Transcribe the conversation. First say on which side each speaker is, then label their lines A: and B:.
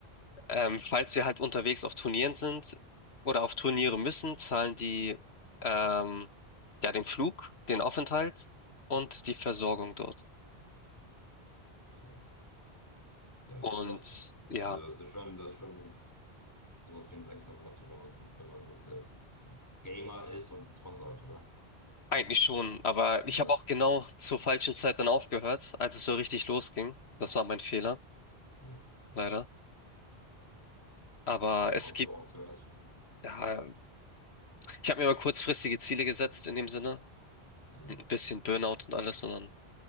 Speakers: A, on the left; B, on the left.
A: ähm, falls wir halt unterwegs auf Turnieren sind oder auf Turniere müssen, zahlen die ähm, ja den Flug, den Aufenthalt und die Versorgung dort.
B: Okay. Ja,
A: Und
B: nicht schlecht.
A: ja,
B: Also das ist schon, das ist schon sowas wie ein Sechser im Lotto, wenn man, wenn man äh, Gamer ist und einen Sponsor hat, oder?
A: eigentlich schon, aber
B: Ja,
A: ich habe auch genau zur falschen Zeit dann aufgehört, als es so richtig losging. Das war mein Fehler,
B: ja.
A: leider. Aber
B: Warum
A: es
B: hast
A: gibt,
B: du aufgehört?
A: ja, ich habe mir mal kurzfristige Ziele gesetzt in dem Sinne.
B: Hm,
A: Ein bisschen Burnout und alles, und dann,